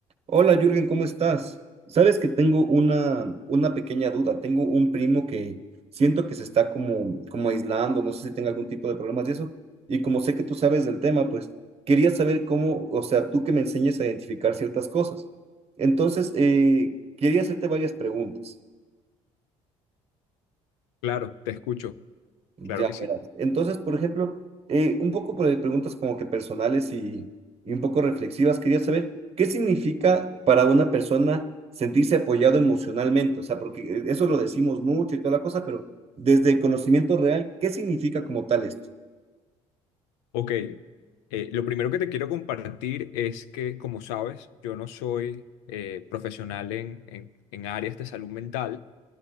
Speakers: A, on the right; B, on the left.
A: Hola Jürgen, ¿cómo estás? Sabes que tengo una, una pequeña duda. Tengo un primo que siento que se está como, como aislando, no sé si tenga algún tipo de problemas de eso. Y como sé que tú sabes del tema, pues quería saber cómo, o sea, tú que me enseñes a identificar ciertas cosas. Entonces, eh, quería hacerte varias preguntas.
B: Claro, te escucho,
A: Ya
B: claro que sí.
A: verás. Entonces, por ejemplo, eh, un poco por- de preguntas como que personales y, y un poco reflexivas, quería saber qué significa para una persona sentirse apoyado emocionalmente, o sea, porque eh, eso lo decimos mucho y toda la cosa, pero desde el conocimiento real, ¿qué significa como tal esto?
B: Ok, eh, lo primero que te quiero compartir es que, como sabes, yo no soy eh, profesional en, en- en áreas de salud mental,